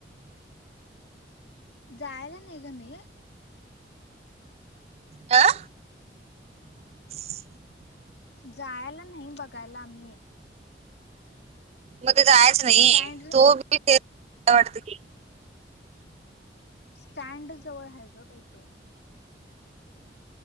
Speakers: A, on the left; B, on the right.
A: जायला नाही ग मी
B: हा <inaudible>
A: जायला नाही बघायला आम्ही
B: मग जायचं नाही
A: स्टँड
B: तो मी ते वाटत की
A: स्टँड जवळ आहे. ग बा तू